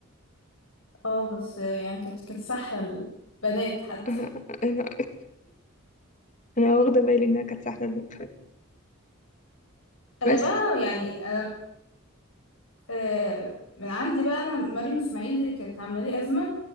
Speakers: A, on the left (about 75°); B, on the left (about 35°).
A: اه بس يعني كانت كانت سحله البنات حتى
B: فاهمة <laughs> أنا أنا واخدة بالي إنها كانت سهلة الوقت
A: انا
B: بس
A: بقى يعني انا آه من عندي بقى انا مريم اسماعيل دي اللي كانت عامله لي ازمه